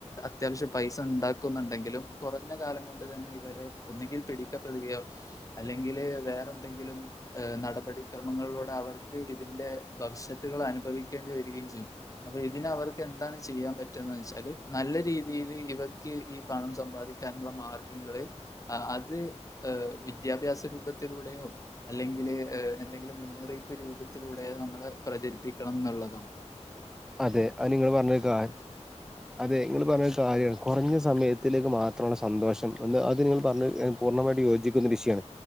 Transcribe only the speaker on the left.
അത്യാവശ്യം പൈസ ഉണ്ടാക്കുന്നുണ്ടെങ്കിലും കുറഞ്ഞ കാലംകൊണ്ട് തന്നെഇവരെ ഒന്നെങ്കി പിടിക്കപ്പെടുകയോ അല്ലെങ്കില് വേറെന്തെങ്കിലും നടപടിക്രമങ്ങളിലൂടെ അവർ ഇതിന്റെ ഭവിഷ്യത്തുകൾ അനുഭവിക്കേണ്ടി വരികയും ചെയ്യും അപ്പ ഇതിനെ അവർക്ക് എന്താണ് ചെയ്യാൻ പറ്റന്ന് വെച്ചാല് നല്ല രീതിയില് ഇവർക്ക് ഈ പണം സമ്പാദിക്ക ന്നുള്ള മാർഗങ്ങള് അത് ഏഹ് വിദ്യാഭ്യാസ ത്തിലൂയോഅല്ലെങ്കില് എന്തെങ്കിലും മുന്നറിയിപ്പ് രൂ പത്തിലൂടെ നമ്മള്പ്രചരിപ്പിക്കണംന്ന്ള്ളതാ.